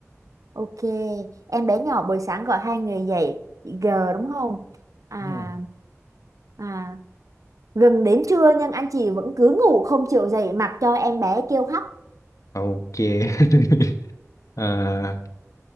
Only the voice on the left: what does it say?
Đúng rồi.
ok <laughs> à,